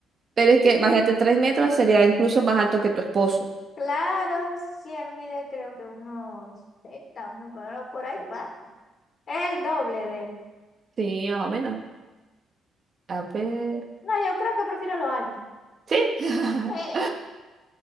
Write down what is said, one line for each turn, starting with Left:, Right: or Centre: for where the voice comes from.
Right: Pero es que, imagínate, tres metros sería incluso más alto que tu esposo.
Left: Claro, si él mide creo que unos 70, uno pero por ahí va. Es el doble de él.
Right: Sí, más o menos. A ver.
Left: No, yo creo que prefiero lo alto.
Right: Sí. <laughs>
Left: Eh,